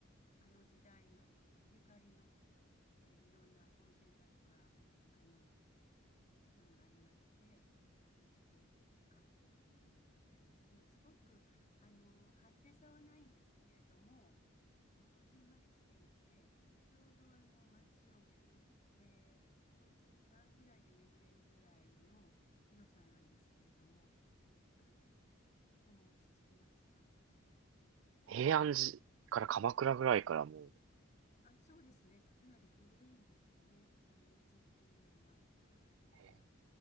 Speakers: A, on the left; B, on the right.
A: あの時代のゆかりの、えーいろんな温泉だとか、あの、建物がありまして、はいそこを観光できるようになってます。あの、すごく、あの、派手さはないんですけれども、えっと、こじんまりしていて、ちょうどあの、街を巡って、小1時間ぐらいで巡れるぐらいの広さなんですけれども、あの、とても落ち着きました。はい。
B: 平安寺から鎌倉ぐらいからも
A: あ、そうですね。かなり古いんですよね。あの、伊豆っていうのは。はい。
B: う、へえ